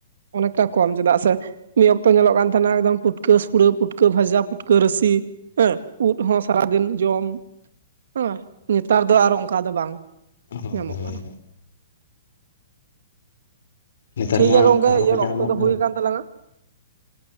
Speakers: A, on the right; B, on the left.
A: ᱚᱱᱮᱠᱴᱟ ᱠᱚᱢ ᱪᱮᱫᱟᱜ ᱥᱮ ᱢᱤᱫ ᱚᱠᱛᱚ ᱧᱮᱞᱚᱜ ᱠᱟᱱ ᱛᱟᱦᱮᱱᱟ ᱮᱠᱫᱚᱢ ᱯᱩᱴᱠᱟᱹ ᱥᱩᱲᱟᱹ ᱯᱩᱴᱠᱟᱹ ᱵᱷᱟᱡᱟ ᱯᱩᱴᱠᱟᱹ ᱨᱟᱹᱥᱤ ᱦᱮᱸ ᱩᱫ ᱦᱚ ᱥᱟᱨᱟᱫᱤᱱ ᱡᱚᱢ, ᱚᱸ ᱱᱮᱛᱟᱨ ᱫᱚ ᱟᱨ ᱚᱱᱠᱟ ᱫᱚ ᱵᱟᱝ
B: ᱠᱟᱱᱟ ᱦᱳᱭ
A: ᱧᱟᱢᱚᱜ
B: ᱦᱳᱭ
A: ᱠᱟᱱᱟ᱾
B: ᱱᱮᱛᱟᱨ
A: ᱴᱷᱤᱠᱜᱮᱭᱟ
B: ᱢᱟ
A: ᱜᱚᱝᱠᱮ
B: ᱚᱱᱠᱟ ᱵᱟᱠᱚ
A: ᱤᱭᱟᱹ
B: ᱧᱟᱢᱚᱜ
A: ᱚᱠᱛᱚ ᱫᱚ
B: ᱠᱟᱱᱟ
A: ᱦᱩᱭᱠᱟᱱ ᱛᱟᱞᱟᱝ ᱟ᱾